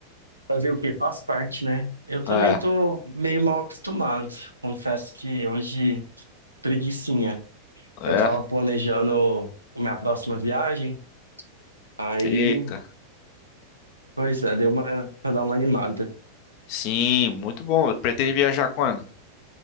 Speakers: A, on the right; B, on the left.
A: fazer o quê? Faz parte, né? Eu também
B: É,
A: tô meio mal acostumado. Confesso que hoje, preguicinha.
B: é.
A: Eu tava planejando a minha próxima viagem, aí,
B: Eita.
A: pois é, deu uma, pra dar uma animada.
B: Sim, muito bom. Pretende viajar quando?